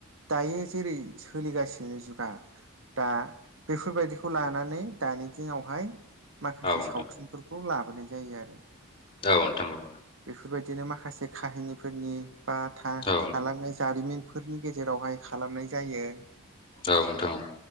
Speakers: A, on the right; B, on the left.
A: दायो जेरै सोलिगासिनो जुगा दा बेफोरबायदिखौ लानानै दानि दिनावहाय माखासे
B: औ नोंथां
A: सावथुनफोरखौ लाबोनाय जायो आरो।
B: औ नोंथां औ
A: बेफोरबायदिनो माखासे काहिनिफोरनि बा थालांनाय
B: औ
A: जारिमिन फोरनि गेजेरावहाय खालामनाय जायो।
B: औ नोंथां